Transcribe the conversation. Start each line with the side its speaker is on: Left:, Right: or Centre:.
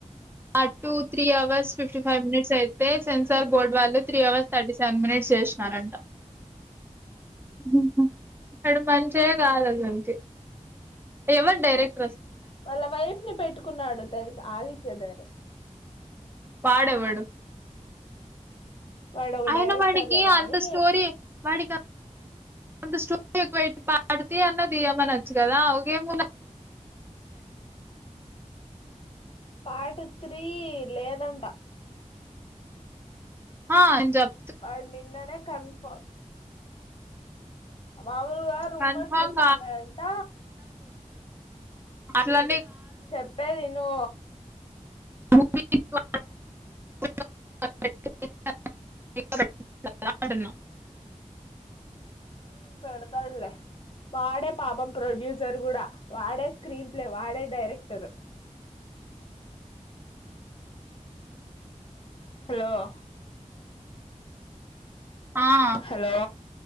Right: అటు three hours fifty five minutes అయితే సెన్సార్ బోర్డ్ వాళ్ళు three hours thirty seven minutes చేస్తున్నారంట ఉహు వాడు మనిషి కాదు అస్సలికి ఎవరు డైరెక్ట్
Left: వాళ్ళ వైఫ్ ని పెట్టుకున్నాడు తెలుసా ఆదిత్యగారు
Right: వాడు ఎవడు
Left: వాడు ఒక
Right: అయిన
Left: డైరెక్టర్లే
Right: వాడికి
Left: గానీ
Right: అంత స్టోరీ వాడికి అంత స్టోరీ ఎక్కువ పార్ట్ త్రి అన్న తీయమనొచ్చు కదా ఒకే <inaudible>
Left: పాట్ త్రీ లేదంట
Right: ఆహా జబ్
Left: వాడు నిన్ననే కన్ఫా మామూలుగా రూమర్స్
Right: కన్ఫామ్
Left: వస్తున్నయంట
Right: అట్లా
Left: చెప్పేది ఇను
Right: <inaudible>
Left: హు పెడతాడులే వాడే పాపం ప్రొడ్యూసర్ కూడా వాడే స్క్రీన్ ప్లే వాడే డైరెక్టర్ హలో
Right: ఆహ
Left: హలో